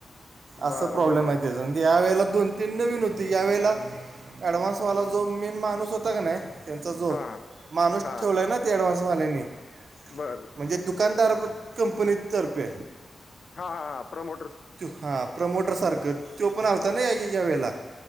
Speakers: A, on the right (about 65°); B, on the left (about 50°).
A: असं
B: बारा
A: प्रॉब्लेम
B: बॉडी
A: आहे त्याच या वेळेला
B: हम्म.
A: दोन तीन न नवीन होती यावेळेला ऍडव्हान्स वाला जो मेन माणूस होता का नाही त्यांचा जो
B: हा
A: <unintelligible>
B: हा बर
A: दुकानदार कंपनी तर्फे
B: हा हा हा प्रमोण
A: त हा प्रमोटर सारखं तो पण आलता
B: हम्म.
A: ना या या वेळेला